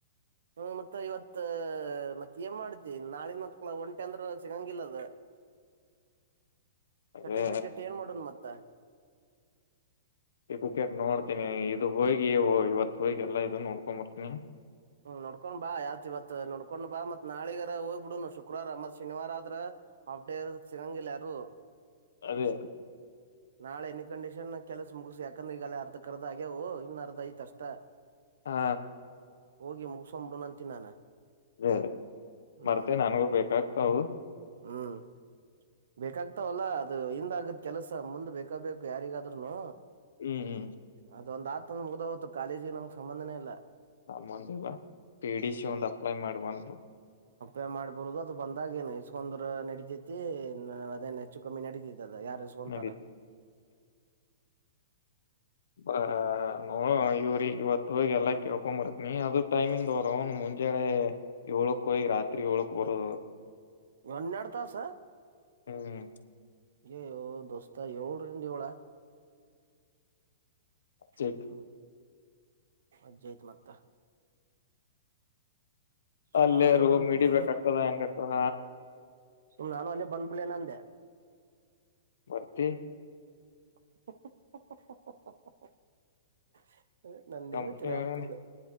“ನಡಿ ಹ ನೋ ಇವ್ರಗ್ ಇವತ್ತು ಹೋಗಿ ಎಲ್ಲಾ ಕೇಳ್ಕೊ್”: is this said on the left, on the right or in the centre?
Left